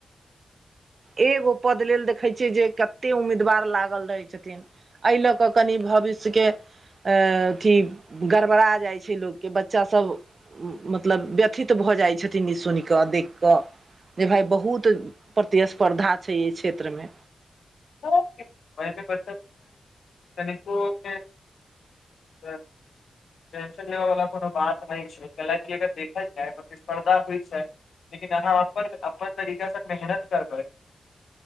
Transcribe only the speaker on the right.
एगो पद लेल देखे छिय जे कते उम्मीदवार लागल रहे छथिन एहि लऽ कऽ कनि भविष्यके अथी गड़बड़ा जाइ छै लोकके बच्चासभ मतलब व्यथित भऽ जाइत छथिन ई सुनि कऽ देखि कऽ जे भाय बहुत प्रतिस्पर्धा छै एहि क्षेत्रमे